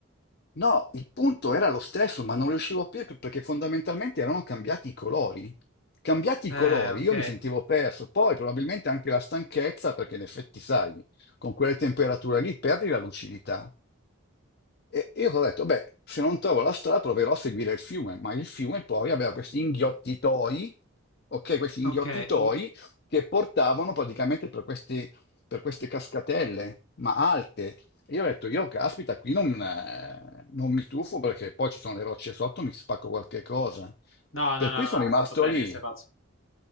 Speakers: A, on the left; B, on the left.
A: No, il punto era lo stesso, ma non riuscivo a capire perché fondamentalmente erano cambiati i colori. Cambiati i
B: Eh,
A: colori,
B: ok,
A: io mi sentivo perso. Poi probabilmente anche la stanchezza, perché in effetti, sai, con quelle temperature lì perdi la lucidità. E io ho detto, beh, se non trovo la strada proverò a seguire il fiume, ma il fiume poi aveva questi inghiottitoi, ok, questi inghiottitoi
B: ok. Mm.
A: che portavano praticamente per questi- per queste cascatelle, ma alte, io ho detto, io caspita, qui non, eh, non mi tuffo perché poi ci sono le rocce sotto, mi spacco qualche cosa.
B: No,
A: Per
B: no,
A: cui
B: no,
A: sono
B: no,
A: rimasto
B: hai fatto bene
A: lì.
B: che sei pazzo.